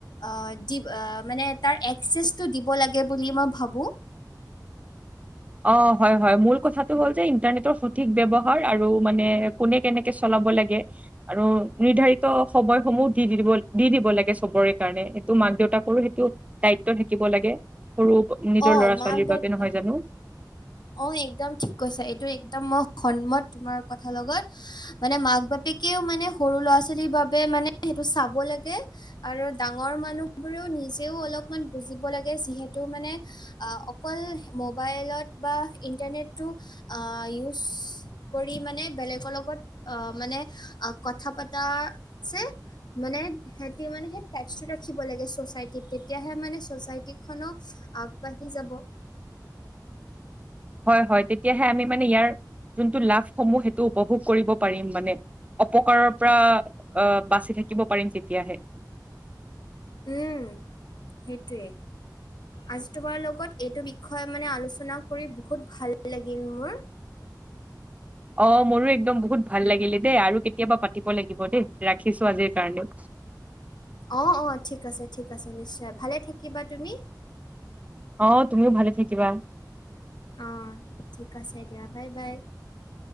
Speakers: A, on the left; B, on the right.
A: আ দিব আ মানে তাৰ একসেচটো দিব লাগে বুলি মই ভাবো।
B: অ', হয় হয় মূল কথাটো হ'ল যে ইন্টাৰনেটৰ সঠিক ব্যৱহাৰ আৰু মানে কোনে কেনেকে চলাব লাগে আৰু নিৰ্ধাৰিত সময়সমূহ দি দিব দি দিব লাগে চবৰে কাৰণে সেইটো মাক দেউতাকৰো সেইটো দায়িত্ব থাকিব লাগে সৰু নিজৰ
A: অ
B: ল'ৰা
A: মাক
B: ছোৱালীৰ
A: দেউত
B: বাবে নহয় জানো।
A: অ', একদম ঠিক কৈছা, এইটো একদম মই সন্মত তোমাৰ কথা লগত মানে মাক বাপেকেও মানে সৰু ল'ৰা ছোৱালীৰ বাবে মানে সেইটো চাব লাগে আৰু ডাঙৰ মানুহ বোৰেও নিজেও অলপমান বুজিব লাগে যিহেতু মানে অকল মোবাইলত বা ইন্টাৰনেটটো ইউজ কৰি মানে বেলেগৰ লগত মানে কথা পাতাৰ যে মানে সিহঁতি মানে সেই টাচটো ৰাখিব লাগে ছচাইটিত তেতিয়াহে মানে ছচাইটিখনক বাঢ়ি যাব।
B: হয় হয় তেতিয়াহে আমি মানে ইয়াৰ যোনটো লাভসমূহ সেইটো উপভোগ কৰিব পাৰিম মানে অপকাৰৰ পৰা আহ বাচি থাকিব পাৰিম তেতিয়াহে।
A: উম, সেইটোৱে আজি তোমাৰ লগত এইটো বিষয়ে মানে আলোচনা কৰি বহুত ভাল লাগিল মোৰ
B: অ', মোৰো একদম বহুত ভাল লাগিলে দেই আৰু কেতিয়াবা পাতিব লাগিব দেই ৰাখিছো আজিৰ কাৰণেও।
A: অ', অ', ঠিক আছে ঠিক আছে নিশ্চয়, ভালে থাকিবা তুমি।
B: অ', তুমিও ভালে থাকিবা।
A: অ', ঠিক আছে দিয়া বাই বাই।